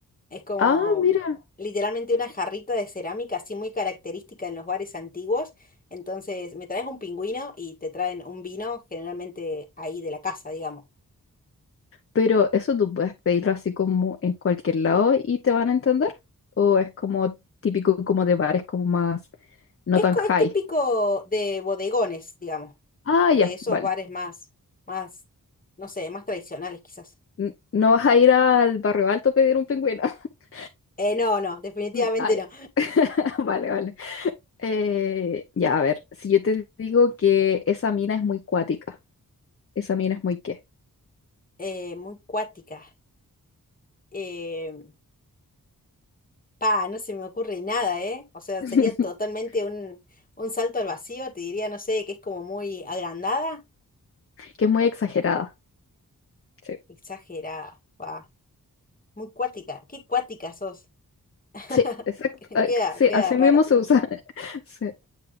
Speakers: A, on the left; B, on the left.
A: Es como
B: Ah, mira.
A: literalmente una jarrita de cerámica, así muy característica en los bares antiguos. Entonces, me traes un pingüino y te traen un vino, generalmente ahí de la casa, digamos.
B: Pero eso tú puedes pedirlo así como en cualquier lado y te van a entender. O es como típico como de bares como más no
A: Es,
B: tan
A: co-
B: high.
A: es típico de bodegones, digamos,
B: Ah,
A: de
B: ya,
A: esos
B: vale.
A: bares más, más, no sé, más tradicionales quizás.
B: N- No vas a ir al barrio alto a pedir un pingüino. <laughs>
A: Eh, no, no, definitivamente
B: Mm, Ah, ya.
A: no.
B: <laughs> Vale, vale. Eh, ya, a ver, si yo te digo que esa mina es muy cuática, esa mina es muy qué,
A: Eh, muy cuática. Eh, pa, no se me ocurre nada, ¿eh? O sea,
B: <laughs>
A: sería totalmente un, un salto al vacío, te diría, no sé, que es como muy agrandada,
B: que es muy exagerada. Sí,
A: exagerada, pa, muy cuática, qué cuática sos, <laughs>
B: sí, exacto. Ah,
A: queda,
B: Sí,
A: queda
B: así
A: raro.
B: mismo se usa. <laughs> Sí.